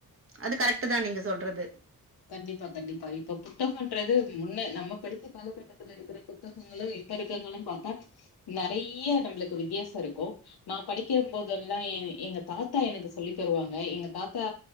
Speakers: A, on the right (about 35°); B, on the left (about 85°).
A: அது கரெக்ட்தா நீங்க சொல்றது
B: கண்டிப்பா கண்டிப்பா இப்ப புத்தகம்ன்றது முன்ன நம்ம படிச்ச காலகட்டத்துல இருக்கிற புத்தகங்களு இப்ப இருக்கங்களும்னு பாத்தா நெறைய நம்மளுக்கு வித்தியாசோ இருக்கு நா படிக்கும் போதெல்லா எ எங்க தாத்தா எனக்கு சொல்லித் தருவாங்க எங்க தாத்தா